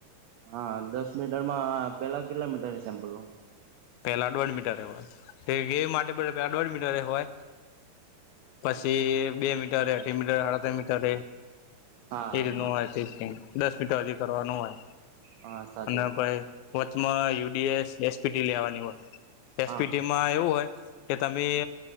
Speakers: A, on the right; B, on the left.
A: હા દસ મીટર માં પેલા કેટલા મીટર સેમ્પલ નું
B: પેલા દોઢ મીટર હોય એ ગે માટે પ પેલા દોઢ મીટર હોય. પછી બે મીટર અઢી મીટર અડત મીટર
A: હા
B: એ રીતનું હોય ત્રીસ દસ મીટી કરવાનું હોય
A: હા સાચી
B: અને
A: વાત
B: પ વચમાં યુડીએસ એસપીટી લેવાની હોય એસપીટી
A: હા હા
B: માં એવું હોય. કે તમે